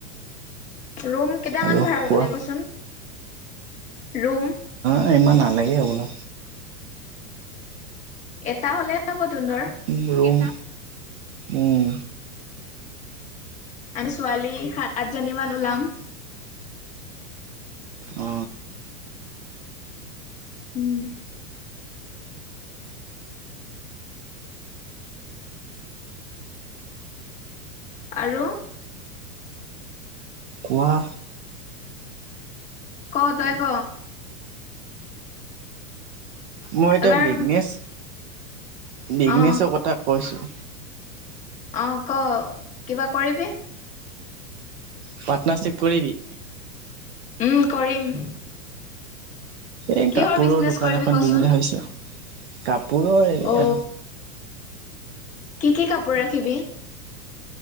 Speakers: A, on the left; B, on the right.
A: ৰুম কেইটামান
B: আৰু
A: ভাড়া কৰিব
B: কোৱা
A: লাগিবচোন ৰুম
B: ন ইমান নালাগেই হবলা
A: এটা হলে তোহোতৰ
B: ৰুম উম
A: আৰু ছোৱালী সাত আঠজনীমান ওলাম
B: অ
A: উম আৰু
B: কোৱা
A: ক তাই ক
B: মোৰ এটা
A: এবাৰ
B: বিজনেছ বিজনেছৰ
A: অ
B: কথা কৈছো
A: অঁ ক কিবা কৰিবি
B: পাৰ্টনাৰশ্বিপ কৰিবি
A: উম কৰিম
B: এই
A: কিহৰ
B: কাপোৰৰ
A: বিজনেচ
B: দোকান
A: কৰিবি
B: এখন
A: কচোন?
B: দিম বুলি ভাবিছো কাপোৰৰ
A: অ কি কি কাপোৰ ৰাখিবি